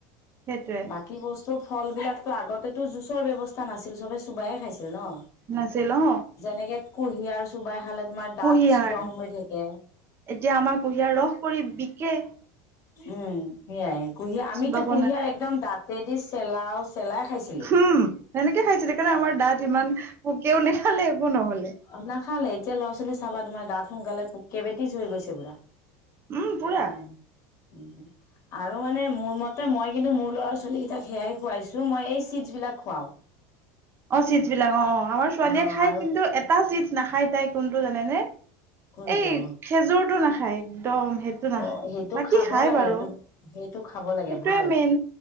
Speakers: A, on the right; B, on the left.
A: সেইটোৱে
B: বাকী বস্তু ফল বিলাকো আগতেতো জুচৰ ব্যৱস্থা নাছিল চবে চুবায়ে খাইছিল। ন
A: নাছিল অ
B: যেনেকে কুহিয়াৰ চোবাই খালে। তুমাৰ দাঁত
A: কুঁহিয়াৰ
B: ষ্ট্ৰং হৈ থাকে।
A: এতিয়া আমাৰ কুঁহিয়াৰ ৰস কৰি বিকে
B: উম সেয়াই কুঁহিয়াৰ আমিতো
A: চোবাব
B: কুঁহিয়াৰ এক দাঁতে দি চেলাই খাইছিলো
A: উম সেনেকে খাইছিল সেইকাৰণে আমাৰ দাঁত ইমান পোকেও নেখালে একো নহলে
B: অ নাখালে এতিয়া লৰা ছোৱালী চাবা তোমাৰ দাঁত সোনকালে পোক কেইবটিজ হৈ গৈছে বোলে
A: উম পুৰা
B: উম উম আৰু মানে মোৰ মতে মই কিন্তু মোৰ ল'ৰা ছোৱালী কেইটাক সেয়াই খুৱাইছো মই এই চিডছ বিলাক খুৱাও
A: অ চিড বিলাক অ আমাৰ ছোৱালীয়ে
B: অ
A: খাই
B: আৰু
A: কিন্তু এটা চিডছ নাখায় তাই কোনটো জানেনে
B: কোনটো
A: এই খেজুৰটো নাখায় একদম সেইটো নাখায়
B: অ সেইটো
A: বাকী
B: খাব
A: খাই
B: লাগে
A: বাৰু
B: সেইটো সেইটো খাব লাগে
A: সেইটোৱে
B: ভাল
A: মেইন